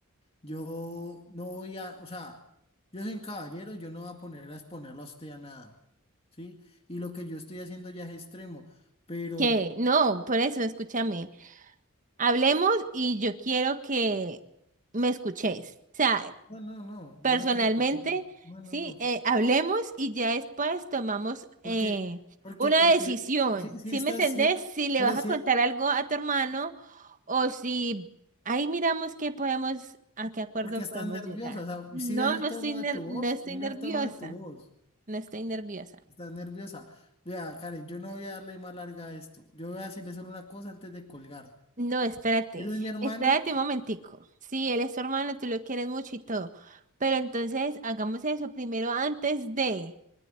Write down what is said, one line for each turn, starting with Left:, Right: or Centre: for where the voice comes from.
Left: Yo no voy a, o sea, yo soy un caballero, yo no voy a poner a exponerlo a usted a nada. ¿Sí? Y lo que yo estoy haciendo ya es extremo. Pero,
Right: Que no, por eso, escúchame. Hablemos y yo quiero que me escuches. O sea,
Left: no, no, no,
Right: Personalmente,
Left: yo no quiero escucharte. No, no,
Right: sí,
Left: no.
Right: eh, hablemos y ya después tomamos
Left: Porque,
Right: eh,
Left: porque,
Right: una
Left: porque,
Right: decisión.
Left: sí, sí
Right: ¿Sí
Left: estás,
Right: me entendés?
Left: sí,
Right: Si le
Left: pero
Right: vas
Left: sí,
Right: a contar algo a tu hermano o si ahí miramos qué podemos, a qué acuerdo
Left: porque estás
Right: podemos
Left: nerviosa.
Right: llegar.
Left: O sea,
Right: No,
Left: si ves el
Right: no
Left: tono
Right: estoy ner-
Left: de tu voz,
Right: no estoy
Left: mira
Right: nerviosa.
Left: el tono de tu voz.
Right: No estoy nerviosa.
Left: Estás nerviosa. Vea, Karen, yo no voy a darle más larga a esto. Yo voy a decirle solo una cosa antes de colgar.
Right: No, espérate.
Left: Él es mi hermano.
Right: Espérate un momentico. Sí, él es tu hermano, tú lo quieres mucho y todo. Pero entonces hagamos eso primero antes de.